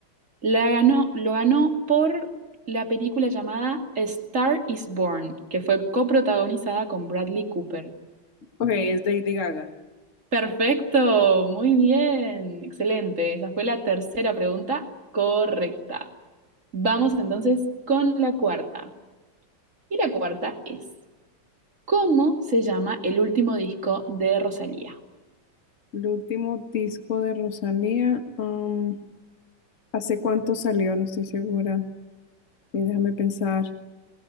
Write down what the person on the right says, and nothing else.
la ganó, lo ganó por la película llamada A Star is Born, que fue coprotagonizada con Bradley Cooper.
Perfecto, muy bien, excelente. Esa fue la tercera pregunta correcta. Vamos entonces con la cuarta. Y la cuarta es, ¿cómo se llama el último disco de Rosalía?